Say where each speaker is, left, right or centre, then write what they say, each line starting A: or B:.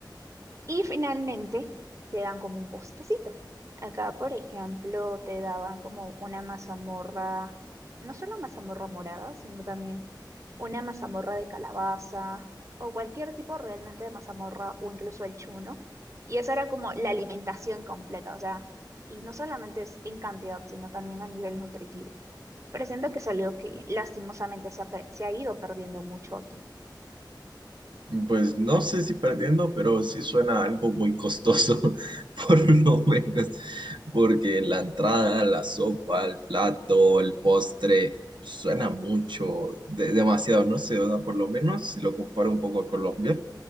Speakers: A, on the right; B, on the right.
A: y finalmente te dan como un postrecito. Acá, por ejemplo, te daban como una mazamorra, no solo mazamorra morada, sino también una mazamorra de calabaza o cualquier tipo realmente de mazamorra o incluso el chuno. Y esa era como la alimentación completa, o sea, y no solamente es en cantidad, sino también a nivel nutritivo. Pero siento que es algo que lastimosamente se ha, pe- se ha ido perdiendo mucho aquí.
B: Pues no sé si perdiendo, pero sí suena algo muy costoso, <laughs> por lo menos, porque la entrada, la sopa, el plato, el postre, suena mucho, de- demasiado, no sé, o sea, por lo menos si lo comparo un poco a Colombia,